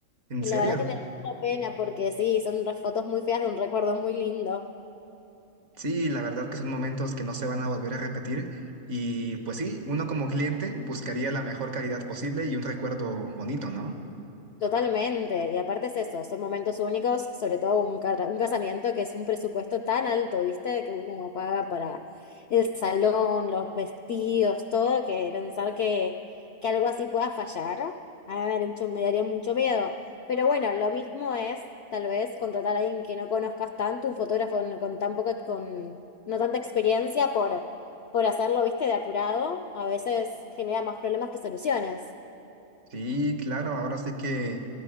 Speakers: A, on the right; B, on the left.
A: En
B: Y
A: serio,
B: la verdad que me da mucha pena porque sí, son unas fotos muy feas de un recuerdo muy lindo.
A: sí, la verdad que son momentos que no se van a volver a repetir y pues sí, uno como cliente buscaría la mejor calidad posible y un recuerdo bonito, ¿no?
B: Totalmente, y aparte es eso, son momentos únicos, sobre todo un, ca- un casamiento que es un presupuesto tan alto, ¿viste? Que uno no paga para el salón, los vestidos, todo, que pensar que, que algo así pueda fallar, a mí me daría mucho, me daría mucho miedo. Pero bueno, lo mismo es tal vez contratar a alguien que no conozcas tanto, un fotógrafo no- con tan poca, con no tanta experiencia por, por hacerlo, ¿viste? De apurado, a veces genera más problemas que soluciones.
A: Sí, claro, ahora sí que